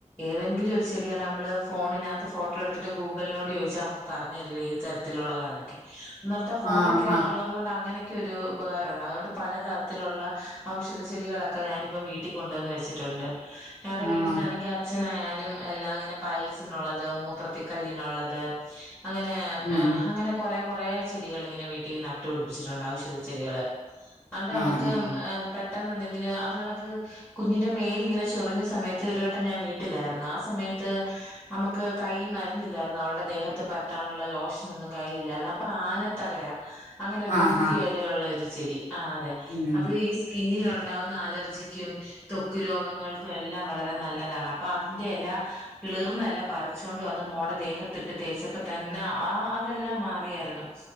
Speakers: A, in the centre; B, on the left (about 80°).
A: ഏതെങ്കിലും ഒരു ചെടികണ്ട നമ്മള് ഫോണിനത്ത് ഫോട് ട്ടോ എടുത്തിട്ട് ഗൂഗിളിനോട് ചോദിച്ചാ നമുക്ക് പറഞ്ഞു തരില്ലെ ഏത് തരത്തിലുള്ളതാണൊക്കെ ഒന്നോർത്താ ഫോണൊക്കെ
B: ആഹ് ഹാ
A: ഉള്ള തുകൊണ്ട് അങ്ങനെയൊക്കെ ഒരു ഉപകാരോണ്ട് അതുകൊണ്ട് പല തരത്തിലുള്ള ഔഷധ ചെടികളൊക്കെ ഞാനിപ്പം വീട്ടിൽകൊണ്ടുവന്ന് വെച്ചിട് ണ്ട് ഞങ്ങളടെ
B: ആഹ്
A: വീട്ടിലാണെങ്കിൽ അച്ഛനായാലും എല്ലാം ഇങ്ങനെ പയൽസിന്ള്ളത് മൂ ത്ര ത്തിക്കല്ലിനുള്ളത് അങ്ങനെ
B: ഉം
A: അങ്ങനെ കുറെ കൊറേ ചെടികൾ ഇങ്ങനെ വീട്ടിൽ നട്ടുപടിപ്പിച്ചിട്ടുണ്ട് ഔഷധ ചെടികള് അതുകൊണ്ട് നമ്മക്ക്
B: ആഹ് ആഹ്
A: ഏ പെട്ടെന്ന് എന്തെങ്കിലും അതണക്ക് കുഞ്ഞിന്റെ മേലിങ്ങനെ ചൊറിഞ്ഞ സമയത്ത് ഒരുവട്ടം ഞാൻ വീട്ടിലായിരുന്നു ആ സമയ ത്ത് നമുക്ക് കൈ മരുന്നില്ലായിരുന്നു അവളുടെ ദേഹത്ത് പെര്റ്റാനുള്ള ലോഷനൊന്നും കയ്യിലില്ലായിരുന്നു അ തകര അങ്ങനെ വലിയ
B: ആഹ് ഹാ
A: എലയുള്ള ഒരു ചെടി ആ അതെ
B: ഉം
A: അത് ഈ സ്കിന്നിൽ ഉണ്ടാവുന്ന അലർജിക്കും തൊക്കു രോഗങ്ങൾ എല്ലാം വളരെ നല്ലതാണ് അപ്പ അതിന്റെ എല കിളർന്നല പറിച്ചൊണ്ട് വന്ന് മോൾ ട ദേഹത്തിട്ട് തേച്ചപ്പോ തന്നെ ആ അതെല്ലാം മാറിയായിരുന്നു